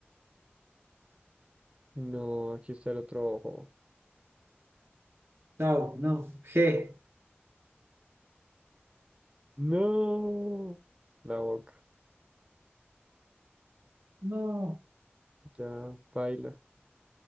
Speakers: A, on the right (about 30°); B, on the right (about 70°).
A: No, aquí está el otro ojo.
B: chao, no, G,
A: No, la boca.
B: no,
A: Ya, baila.